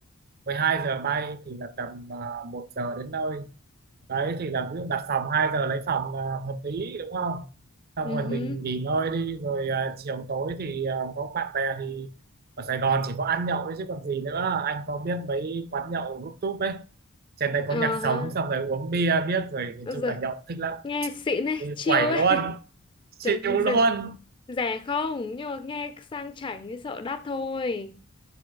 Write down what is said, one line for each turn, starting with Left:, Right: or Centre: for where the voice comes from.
Right: 12 giờ bay thì là tầm à, 1 giờ đến nơi đấy thì là ví dụ đặt phòng 2 giờ lấy phòng là hợp lý đúng không xong
Left: ừ
Right: rồi
Left: hứ.
Right: mình nghỉ ngơi đi rồi à, chiều tối thì à, có bạn bè thì ở Sài Gòn chỉ có ăn nhậu đấy chứ còn gì nữa anh có biết mấy quán nhậu rút túp ấy trên đây
Left: ờ
Right: có nhạc
Left: hả
Right: sống xong rồi uống bia biết rồi nói
Left: Ôi
Right: chung
Left: giời,
Right: là nhậu thích lắm
Left: nghe xịn ấy
Right: đi
Left: chill
Right: quẩy
Left: ấy
Right: luôn
Left: <laughs>
Right: chịu
Left: Trời, giời,
Right: luôn
Left: rẻ không nhưng mà nghe sang chảnh thì sợ đắt thôi